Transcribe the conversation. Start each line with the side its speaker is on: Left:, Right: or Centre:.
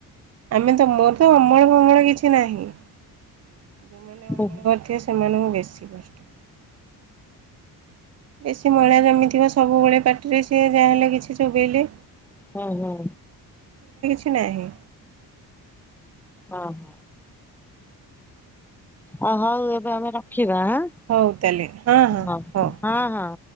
Right: ଆମେ ତ ମୋର ତ ଅମଳ ଫମଳ କିଛି ନାହିଁ। ଯୋଉମାନେ
Centre: ହୁଁ
Right: ଅମଳ
Centre: ହୁଁ
Right: କରିଥିବେ ସେମାନଙ୍କୁ ବେଶୀ କଷ୍ଟ। ବେଶୀ ମଇଳା ଜମିଥିବ ସବୁବେଳେ ପାଟିରେ ସିଏ ଯାହାହେଲେ କିଛି ଚୋବେଇଲେ।
Centre: ହୁଁ ହୁଁ।
Right: କି ନାହିଁ?
Centre: ଅ ହ ଆ ହଉ ଏବେ ଆମେ ରଖି ଟିବା ହାଁ
Right: ହଉ ତାହେଲେ ହଁ ହଁ
Centre: ହଉ ହଁ
Right: ଠିକ୍ ଅଛି।
Centre: ହଁ।